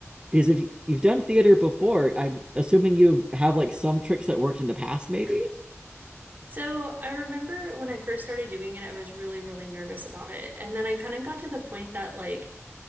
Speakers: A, on the right; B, on the right.
A: because if you've done theater before, I'm assuming you've have like some tricks that worked in the past, maybe?
B: So I remember when I first started doing it, I was really, really nervous about it. And then I kind of got to the point that like